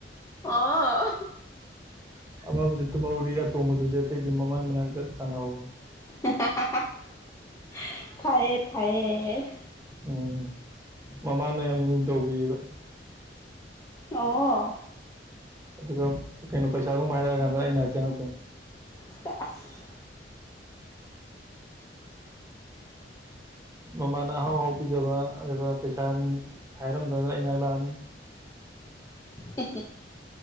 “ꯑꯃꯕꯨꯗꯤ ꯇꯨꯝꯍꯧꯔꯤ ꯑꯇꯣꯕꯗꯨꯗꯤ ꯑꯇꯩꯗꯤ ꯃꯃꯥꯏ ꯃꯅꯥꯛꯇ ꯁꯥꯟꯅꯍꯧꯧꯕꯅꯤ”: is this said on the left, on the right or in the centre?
Right